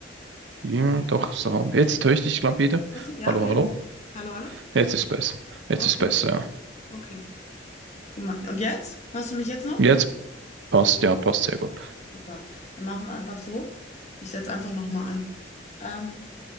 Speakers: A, on the right; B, on the left.
A: Ja, doch, so. Jetzt höre ich dich, glaube wieder.
B: Hörst du, ja,
A: Hallo,
B: jetzt?
A: hallo.
B: Hallo, hallo?
A: Jetzt ist besser. Jetzt
B: Okay,
A: ist besser, ja.
B: okay. Guck mal. Und jetzt? Hörst du mich jetzt noch?
A: Jetzt passt, ja, passt sehr gut.
B: Super. Dann machen wir einfach so. Ich setze einfach nochmal an. Ähm,